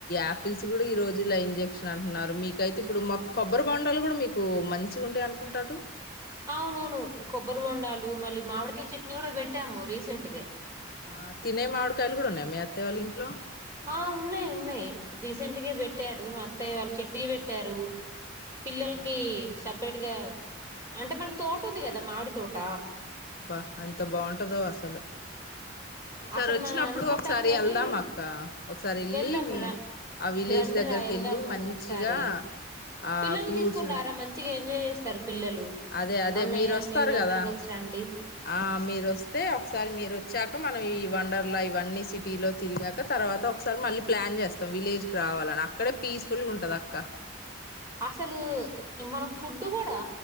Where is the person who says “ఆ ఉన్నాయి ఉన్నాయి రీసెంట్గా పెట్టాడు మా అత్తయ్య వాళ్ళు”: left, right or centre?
Right